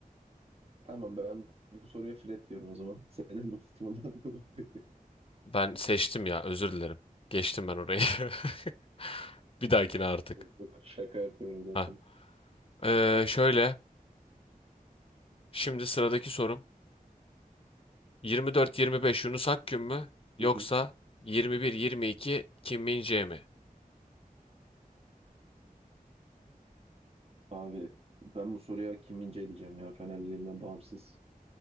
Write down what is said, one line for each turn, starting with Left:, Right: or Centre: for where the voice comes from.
Right: tamam ben bu soruya Fred diyorum o zaman. <laughs> Senin bu tutumundan <laughs> dolayı.
Left: Ben seçtim ya özür dilerim. Geçtim ben orayı. <laughs> Bir dahakine artık.
Right: Yok, Şaka yapıyorum zaten.
Left: Ha. Ee, şöyle. Şimdi sıradaki sorum. Yirmi dört, yirmi beş. Yunus Akgün mü? Yoksa
Right: <laughs>
Left: yirmi 22 Kim Min-jae mi?
Right: Abi ben bu soruya kim Min-jae diyeceğim ya Fenerliliğimden bağımsız.